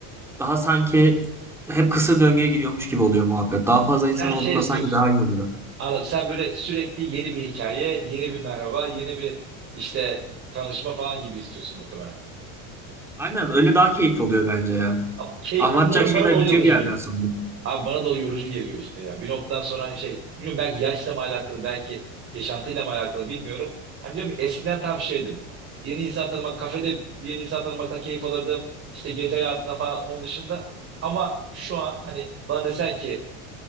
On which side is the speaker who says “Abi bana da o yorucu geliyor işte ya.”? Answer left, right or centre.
Right